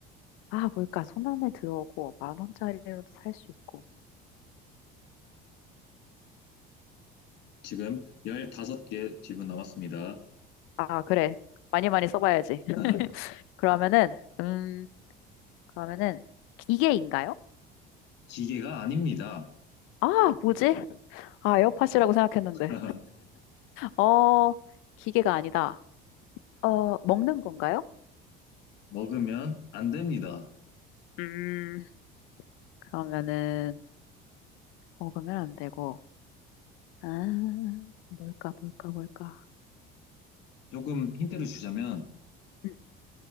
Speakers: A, on the left; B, on the left.
A: 아, 뭘까? 손 안에 들어오고, 만 원짜리로도 살 수 있고.
B: 지금 15개 질문 남았습니다.
A: 아, 그래. 많이 많이 써봐야지. <laughs>
B: <laughs>
A: 그러면은, 음, 그러면은, 기계인가요?
B: 기계가 아닙니다.
A: 아, 뭐지? 아, 에어팟이라고 생각했는데.
B: <laughs>
A: 어, 기계가 아니다. 어, 먹는 건가요?
B: 먹으면 안 됩니다.
A: 음, 그러면은, 먹으면 안 되고. 아, 뭘까, 뭘까, 뭘까.
B: 조금 힌트를 주자면
A: 음,